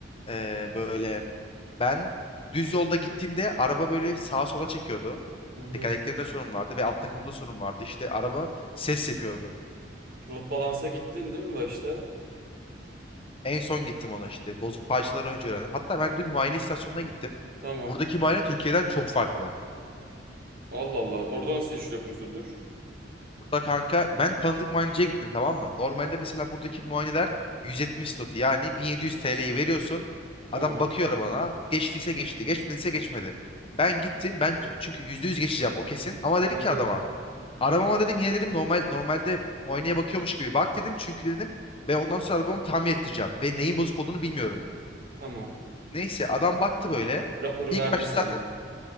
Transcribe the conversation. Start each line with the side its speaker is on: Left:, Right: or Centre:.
Left: eee, böyle ben düz yolda gittiğimde araba böyle sağa sola çekiyordu.
Right: Hı hı.
Left: Tekerleklerinde sorun vardı ve alt takımında sorun vardı. İşte araba ses yapıyordu.
Right: Rot balansa gittin değil mi başta?
Left: En son gittim ona işte bozuk parçaları önce öğrendim. Hatta ben dün muayene istasyonuna gittim.
Right: Tamam.
Left: Buradaki muayene Türkiye'den çok farklı.
Right: Allah Allah. Orada nasıl işliyor prosedür?
Left: da kanka ben tanıdık muayeneciye gittim tamam mı? Normalde mesela buradaki muayeneler 170 zloty yani 1700 TL'yi veriyorsun.
Right: Tamam.
Left: Adam bakıyor arabana. Geçtiyse geçti, geçmediyse geçmedi. Ben gittim. Ben ç- çünkü %100 geçeceğim o kesin. Ama dedim
Right: Hı hı.
Left: ki adama arabama dedim yine dedim normal normalde muayeneye bakıyormuş gibi bak dedim. Çünkü dedim ben ondan sonra arabamı tamir ettireceğim ve neyin bozuk olduğunu bilmiyorum.
Right: Tamam.
Left: Neyse adam baktı böyle.
Right: Raporu
Left: İlk
Right: verdi
Left: başta
Right: sana.
Left: zaten